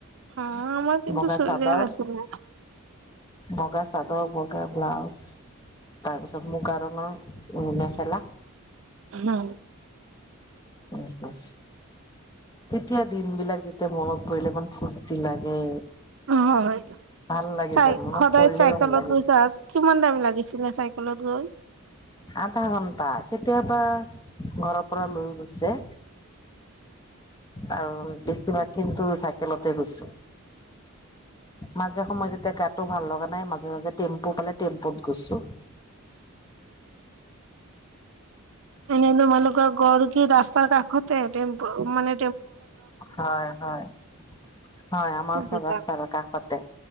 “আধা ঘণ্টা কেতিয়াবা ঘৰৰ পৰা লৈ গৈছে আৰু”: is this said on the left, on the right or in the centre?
Left